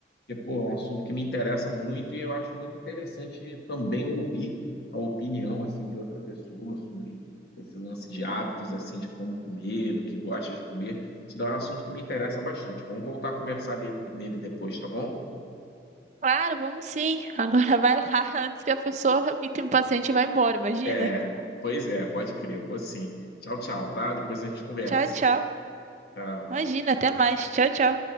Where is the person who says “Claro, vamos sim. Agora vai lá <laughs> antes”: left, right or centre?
Right